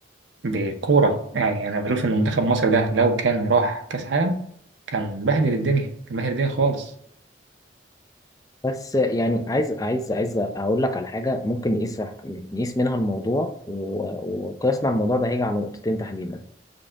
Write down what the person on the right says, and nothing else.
بالكورة يعني انا بشوف ان منتخب مصر ده لو كان راح كاس عالم كان بهدل الدنيا كان بهدل الدنيا خالص